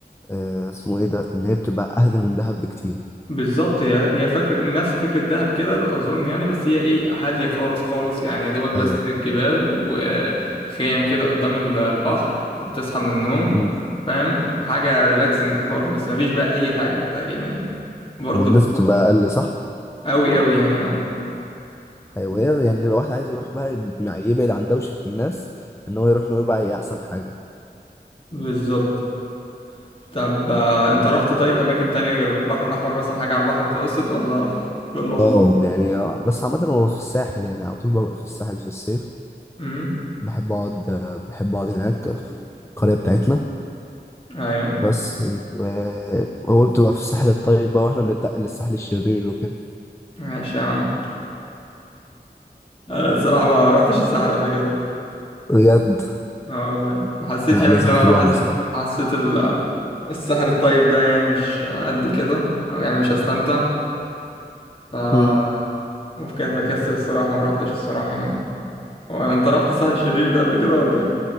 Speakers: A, on the left (about 15°); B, on the left (about 30°).
A: آه اسمه ايه ده ان هي بتبقى اهدى من دهب بكتير
B: بالظبط هي هي فكر نفس فكرة دهب كده أظن يعني بس هي إيه هادية خالص خالص يعني يا دوبك بس
A: ايوه
B: الجبال وخيام كده قدام ال- البحر بتصحى من النوم
A: مم.
B: فاهم حاجة ريلاكسنج خالص بس مفيش بقى أي حاجة تقريبا يعني برضو
A: والناس بتبقى اقل صح
B: أوي أوي يعني أه
A: ايوه هي يعني لو واحد عايز يروح بقى يب- يبعد عن دوشه الناس ان هو يروح نويبع هي احسن حاجه
B: بالظبط طب آه، أنت رحت طيب أماكن تانية غير البحر الأحمر مثلا حاجة على البحر المتوسط ولا <laughs> كله على
A: اه
B: البحر؟
A: يعني آه، بس عامه هو في الساحل يعني على طول ببقى في الساحل في الصيف
B: أمم
A: بحب اقعد آه، بحب اقعد هناك في القريه بتاعتنا
B: أيوه
A: بس و- هو بتبقى في الساحل الطيب بقى واحنا بنتنقل للساحل الشرير وكده
B: ماشي يا عم أنا الصراحة ما رحتش الساحل قبل كده
A: بجد
B: اه والله وحسيت
A: لا
B: يعني
A: لازم
B: ان انا
A: تروحها
B: اروح أس-
A: بصراحه
B: حسيت ال... السحر الطيب ده يعني مش قد كده او يعني مش هستمتع ف
A: مم.
B: وف- بكسر الصراحة ما روحتش الصراحة يعني هو انت رحت السحر الشرير ده قبل كده ولا ايه؟